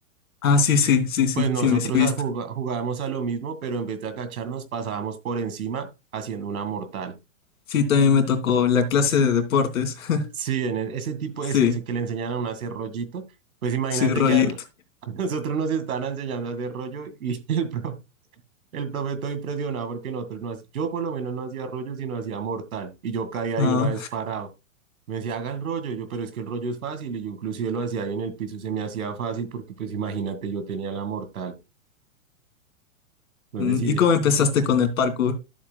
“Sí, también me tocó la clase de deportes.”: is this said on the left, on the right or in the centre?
Left